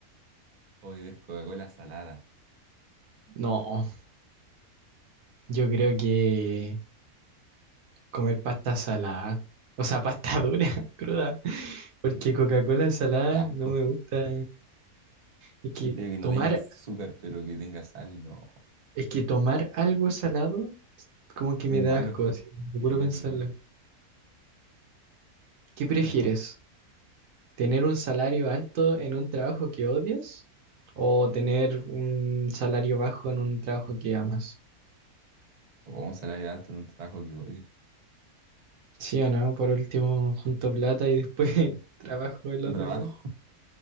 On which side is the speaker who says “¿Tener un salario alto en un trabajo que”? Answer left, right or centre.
Right